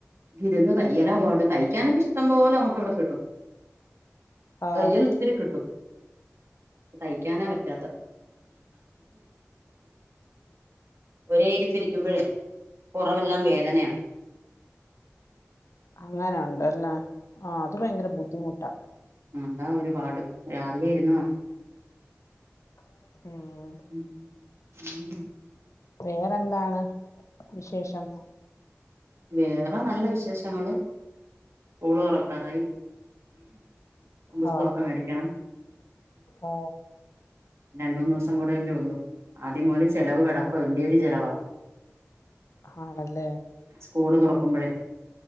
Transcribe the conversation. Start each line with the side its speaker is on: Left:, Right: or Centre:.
Right: ഇരുന്ന് തയ്യലാ പാട് തയ്ക്കാനൊക്കെ ഇഷ്ടം പോലെ നമുക്ക് ഇവിടെ കിട്ടും
Left: ആ
Right: തയ്യൽ ഒത്തിരി കിട്ടും തയ്ക്കാനാ പറ്റാത്ത ഒരേ ഇരിപ്പ് ഇരിക്കുമ്പോഴേ പൊറവെല്ലാം
Left: ഉം
Right: വേദനയാ
Left: അങ്ങനെ ഉണ്ടല്ല ആ അത് ഭയങ്കര ബുദ്ധിമുട്ടാണ്
Right: ആ അതാ ഒരുപാട് രാവിലെ ഇരുന്ന
Left: ഉം
Right: ഉ
Left: വേറെന്താണ് വിശേഷം
Right: വേറെ നല്ല വിശേഷങ്ങള് സ്കൂള് തുറക്കാരായി പുസ്തകമൊക്കെ
Left: ആ
Right: മേടിക്കണം
Left: ആ
Right: രണ്ട മൂന്ന് ദിവസം കൂടെയല്ലേ ഉള്ളൂ ആദ്യം മുതല്
Left: ആ,
Right: ചെലവ് കിടക്ക കൊല്ലിയൂരി ചെലവാ
Left: ആണല്ലേ
Right: സ്കൂള് തുറക്കുമ്പോഴേ